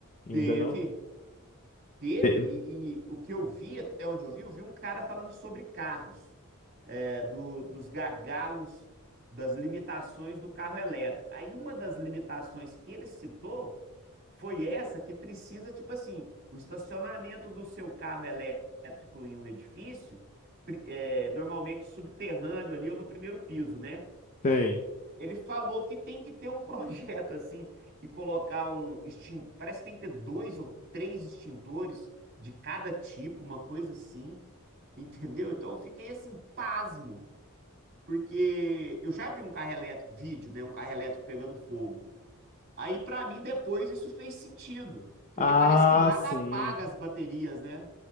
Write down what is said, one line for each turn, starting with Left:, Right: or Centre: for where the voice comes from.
Left: Ainda
Right: Teve.
Left: não
Right: Teve,
Left: teve.
Right: e, e o que eu vi, até onde eu vi, eu vi um cara falando sobre carros, é, do- dos gargalos, das limitações do carro elétrico. Aí uma das limitações que ele citou foi essa que precisa, tipo assim, o estacionamento do seu carro elétrico em um edifício, pri- é, normalmente subterrâneo ali ou no primeiro piso, né?
Left: Tem.
Right: Ele falou que tem que ter um projeto assim e colocar um extin... parece que tem que ter dois ou três extintores de cada tipo, uma coisa assim, entendeu? Então eu fiquei assim pasmo, porque eu já vi um carro elétrico, vídeo, né, um carro elétrico pegando fogo. Aí pra mim depois isso fez sentido, porque
Left: Ah,
Right: parece que nada
Left: sim.
Right: apaga as baterias, né?